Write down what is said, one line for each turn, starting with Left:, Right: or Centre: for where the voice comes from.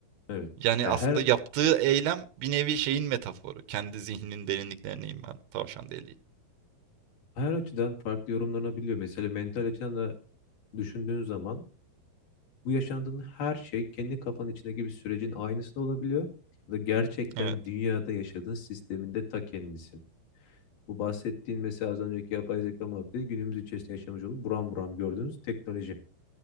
Left: Evet.
Right: Yani
Left: Ya
Right: aslında
Left: her
Right: yaptığı eylem bir nevi şeyin metaforu. Kendi zihninin derinliklerine inen tavşan deliği.
Left: her açıdan farklı yorumlanabiliyor. Mesela mental açıdan da düşündüğün zaman Bu yaşandığın her şey kendi kafanın içindeki bir sürecin aynısı da olabiliyor. Ya da gerçekten
Right: Evet,
Left: dünyada yaşadığın sisteminde ta kendisi. Bu bahsettiğin mesela az önceki yapay zeka muhabbeti günümüz içerisinde yaşamış olup buram buram gördüğünüz teknoloji.